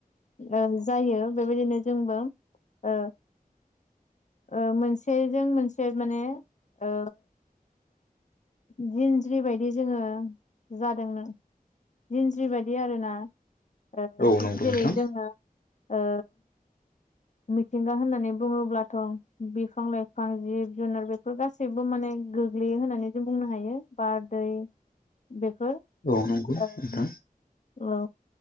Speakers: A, on the left; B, on the left.
A: ओ जायो बेबायदिनो जोंबो ओ ओ मोनसेजों मोनसे माने ओ जिनज्रि बायदि जोङो जादोंनो जिनज्रि बायदि आरोना ओ
B: औ
A: जे-जेरै
B: नंगौ नोंथां
A: जोङो ओ मिथिंगा होननानै बुङोब्लाथ' बेफ फां लाइफां जिब जुनार बेफोर गासैबो माने गोग्लैयो होननानै जों बुंनो हायो। बार, दै बेफोर
B: औ नंगौ
A: ओम
B: नोंथां
A: औ